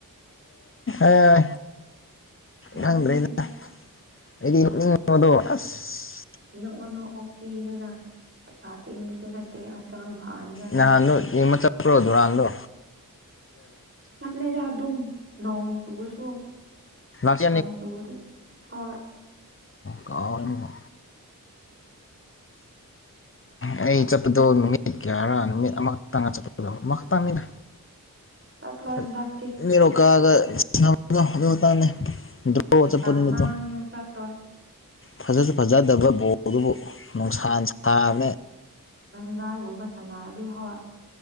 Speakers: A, on the left (about 40°); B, on the right (about 40°).
A: ꯑꯥ
B: ꯅꯣꯛꯅꯤꯡꯗꯦꯗ
A: ꯈꯪꯗ꯭ꯔꯦꯅ ꯑꯩꯗꯤ ꯅꯣꯛꯅꯤꯡ ꯃꯗꯣ ꯑꯁ
B: ꯅꯣꯛꯑꯣ ꯅꯣꯛꯑꯣ ꯐ꯭ꯔꯤꯅꯤꯅ ꯄꯩꯁꯥ ꯇꯤꯡꯕꯁꯨ ꯅꯠꯇꯦ ꯍꯛꯆꯥꯡ ꯐꯍꯟꯒꯅꯤ
A: ꯅꯍꯥꯟꯗꯨ ꯌꯦꯡꯕ ꯆꯠꯄ꯭ꯔꯣ ꯗꯨꯔꯟꯗꯨ
B: ꯆꯠꯂꯦꯗ ꯑꯗꯨꯝ ꯅꯣꯡ ꯆꯨꯔꯁꯨ
A: ꯂꯥꯁ
B: ꯅꯣꯡ ꯆꯨꯔꯗꯤ ꯍꯣꯏ
A: ꯀꯥꯎꯔꯦꯅꯦꯀꯣ ꯑꯩ ꯆꯠꯄꯗꯣ ꯅꯨꯃꯤꯠ ꯀꯌꯥꯔꯥ ꯅꯨꯃꯤꯠ ꯑꯃꯈꯛꯇꯪꯑ ꯆꯠꯄꯗꯣ ꯑꯃꯈꯛꯇꯪꯅꯤꯗ
B: ꯆꯠꯂꯣꯏ
A: ꯑ
B: ꯍꯟꯗꯛꯇꯤ
A: ꯅꯦꯔꯣꯀꯥꯒ ꯁꯥꯅꯕꯗꯨ ꯑꯗꯨ ꯃꯇꯥꯡꯅꯦ ꯗ꯭꯭ꯔꯣ
B: ꯃꯇꯝ
A: ꯆꯠꯄꯗꯨ ꯅꯨꯃꯤꯠꯇꯣ
B: ꯃꯥꯡꯉꯦ ꯆꯠꯂꯣꯏ
A: ꯐꯖꯁꯨ ꯐꯖꯗꯕ ꯕꯣꯟꯗꯨꯕꯨ ꯅꯨꯡꯁꯥꯅ ꯁꯥꯕ
B: ꯪꯒꯥꯏꯒꯨꯝꯕ ꯁꯥꯟꯅꯔꯗꯤ ꯍꯣꯏ